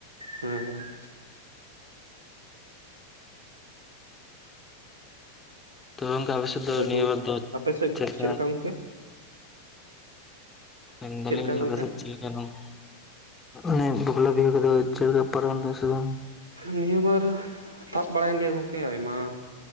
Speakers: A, on the right (about 75°); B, on the left (about 15°).
A: ᱦᱩᱸ, ᱦᱩᱸ᱾
B: ᱛᱚ ᱜᱚᱝᱠᱮ, ᱟᱵᱮᱥ
A: ᱫᱟᱨᱮ
B: ᱫᱚ, ᱱᱤᱭᱟᱹ
A: ᱜᱚᱝᱠᱮ
B: ᱵᱟᱨ ᱫᱚ
A: ᱟᱯᱮ ᱥᱮᱫ
B: ᱪᱷᱮᱜ ᱞᱮᱠᱟ
A: ᱪᱮᱫ ᱜᱚᱝᱠᱮ
B: ᱢᱮᱱ ᱫᱟᱞᱤᱧ
A: ᱪᱮᱫ ᱞᱮᱠᱟ ᱜᱚᱝᱠᱮ
B: ᱟᱯᱮ ᱥᱮᱡ ᱪᱮᱞᱮᱠ ᱭᱟᱱᱚᱠ ᱧᱮ ᱵᱟᱯᱞᱟ ᱵᱤᱦᱟᱹ ᱠᱚᱫᱚ ᱪᱷᱮᱞᱠᱟ, ᱯᱟᱨᱚᱢ ᱫᱟ ᱯᱮᱥᱮ ᱵᱟᱝ?
A: ᱩᱸ ᱱᱤᱦᱟᱹ ᱵᱟᱨ ᱛᱟᱵ ᱵᱟᱲᱟᱭᱮᱱ ᱜᱮᱹᱭᱟ, ᱜᱚᱝᱠᱮ᱾ ᱟᱭᱢᱟ